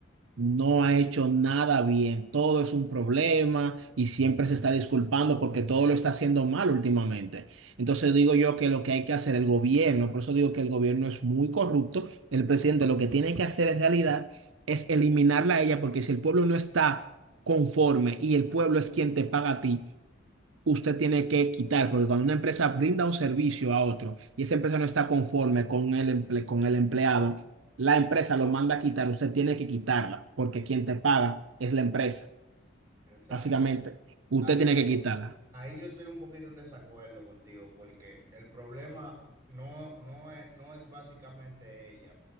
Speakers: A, on the right (about 80°); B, on the right (about 15°).
A: no ha hecho nada bien, todo es un problema y siempre se está disculpando porque todo lo está haciendo mal últimamente. Entonces digo yo que lo que hay que hacer el gobierno, por eso digo que el gobierno es muy corrupto, el presidente lo que tiene que hacer en realidad es eliminarla a ella porque si el pueblo no está conforme y el pueblo es quien te paga a ti usted tiene que quitar, porque cuando una empresa brinda un servicio a otro y esa empresa no está conforme con el, emple- con el empleado, la empresa lo manda a quitar, usted tiene que quitarla, porque quien te paga es la empresa.
B: Exacto.
A: Básicamente, usted
B: Ahí,
A: tiene
B: ahí-
A: que quitarla.
B: ahí yo estoy un poquito en desacuerdo contigo porque el problema no, no es, no es básicamente ella.